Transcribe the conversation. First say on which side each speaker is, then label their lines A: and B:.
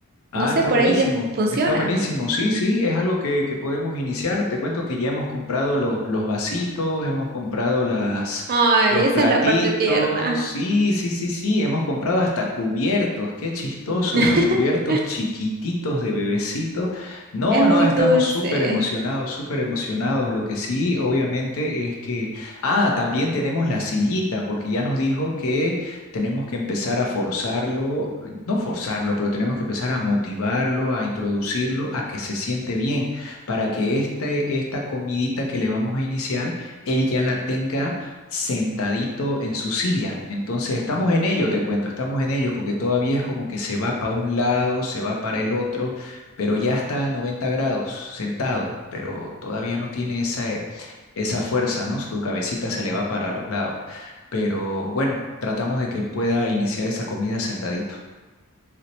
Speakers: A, on the right; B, on the left.
A: No
B: Ah,
A: sé,
B: está
A: por
B: buenísimo,
A: ahí les funciona.
B: está buenísimo. Sí, sí, es algo que, que podemos iniciar. Te cuento que ya hemos comprado los, los vasitos, hemos comprado las,
A: Ay,
B: los
A: esa
B: platitos.
A: es la parte tierna.
B: Sí, sí, sí, sí, hemos comprado hasta cubiertos. Qué chistoso,
A: <laughs>
B: unos cubiertos chiquititos de bebecito. No,
A: Es muy
B: no, estamos
A: dulce.
B: súper emocionados, súper emocionados. Lo que sí, obviamente, es que, ah, también tenemos la sillita, porque ya nos dijo que tenemos que empezar a forzarlo eh, no forzarlo, pero tenemos que empezar a motivarlo, a introducirlo, a que se siente bien, para que este, esta comidita que le vamos a iniciar, él ya la tenga sentadito en su silla. Entonces, estamos en ello, te cuento, estamos en ello, porque todavía es como que se va para un lado, se va para el otro, pero ya está a 90 grados sentado, pero todavía no tiene esa, eh, esa fuerza, ¿no? Su cabecita se le va para los lados. Pero bueno, tratamos de que pueda iniciar esa comida sentadito.